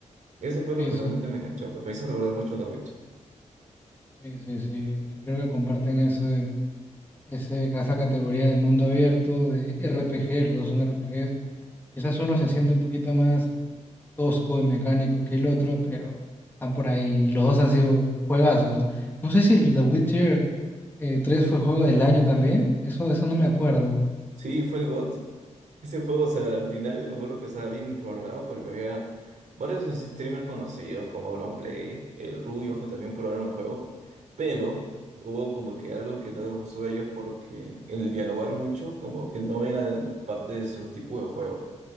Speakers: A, on the right (about 80°); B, on the left (about 15°).
A: Eso fue
B: sí,
A: lo que
B: eso,
A: realmente me enganchó, pues me hizo recordar mucho a The Witcher.
B: sí, sí, sí, que creo que comparten eso ese, esa categoría de mundo abierto, de RPG, los dos son RPGs. Quizás uno se siente un poquito más tosco y mecánico que el otro, pero están por ahí. Y los dos han sido juegazos, ¿no? No sé si el The Witcher eh, 3 fue juego del año también. Eso, eso no me acuerdo.
A: Sí, fue el GOTY Ese juego, o sea, al final me acuerdo que estaba bien valorado porque había varios así streamers conocidos como Auronplay, el Rubio, que también probaron el juego, pero hubo como que algo que no les gustó a ellos porque el dialogar mucho como que no era parte de su tipo de juego.